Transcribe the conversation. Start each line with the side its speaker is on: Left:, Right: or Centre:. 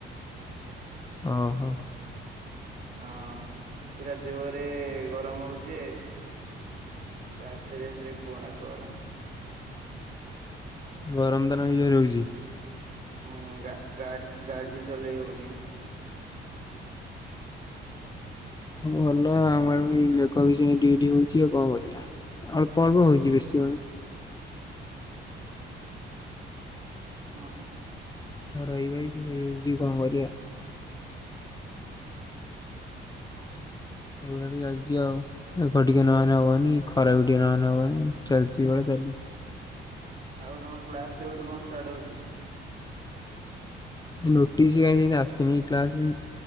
Left: ଓହୋ।
Right: ହଁ ପୁରା ଯୋରେ ଗରମ୍ ହଉଚି ଯେ ରାତିରେ ଏସିରେ କୁହନା-କୁହନା।
Left: ଗରମ୍ ଦିନ ଇଏ ରହୁଚି।
Right: ହୁଁ ଗା ଗାଡ଼ି-ଗାଡ଼ି ବି ଚଲେଇ ହଉନି।
Left: ଭଲ ଆମର <unintelligible> ମେଘ ବି ସେମି ଟିକେ-ଟିକେ ହଉଚି ଆଉ କଣ କରିଆ। ଅଳ୍ପ-ଅଳ୍ପ ହଉଚି ବେଶୀ ହଉନି।
Right: ହଁ
Left: ଆଉ ରହିବା <unintelligible> କଣ କରିଆ। ଏଇଭଳିଆ ତ ଚାଲ୍ଚି ଆଉ, ମେଘ ଟିକେ ନହେନେ
Right: ହ୍ୟାଲୋ
Left: ହବନି, ଖରାବି ନହେନେ ହବନି, ଚାଲିଚି ଏଇ ଭଳିଆ ଚାଲୁ।
Right: ଆଉ ତମ କ୍ଲାସ୍ କେବେଠୁ କଣ ଷ୍ଟାର୍ଟ ହଉଚି?
Left: ନୋଟିସ୍ କାଇଁ <unintelligible> ଆସନି କ୍ଲାସ୍ <unintelligible>